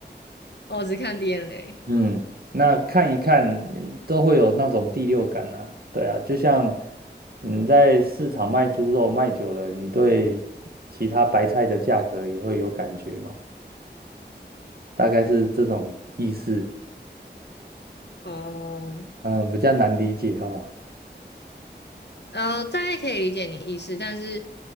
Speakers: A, on the left; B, on the right.
A: 我只看 DNA
B: 嗯，那看一看嗯都会有那种第六感啊。对啊，就像你在市场卖猪肉卖久了，你对其他白菜的价格也会有感觉嘛。大概是这种意思，
A: 哦？
B: 嗯，比较难理解哦，
A: 呃，大概可以理解你的意思，但是